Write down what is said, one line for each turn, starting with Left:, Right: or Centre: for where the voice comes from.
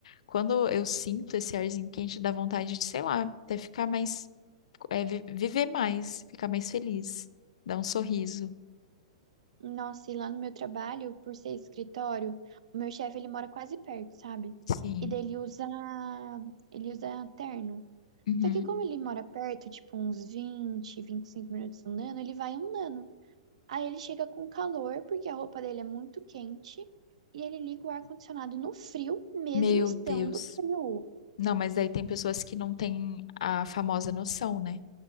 Left: Quando eu sinto esse arzinho quente, dá vontade de, sei lá, até ficar mais, é, vi- viver mais, ficar mais feliz, dar um sorriso.
Right: Nossa, e lá no meu trabalho, por ser escritório, o meu chefe, ele mora quase perto, sabe?
Left: Sim.
Right: E daí ele usa, ele usa terno.
Left: Uhum.
Right: Só que como ele mora perto, tipo uns vinte vinte e cinco minutos andando, ele vai andando. Aí ele chega com calor, porque a roupa dele é muito quente, e ele liga o ar-condicionado no frio, mesmo
Left: Meu
Right: estando
Left: Deus.
Right: frio.
Left: Não, mas daí tem pessoas que não têm a famosa noção, né?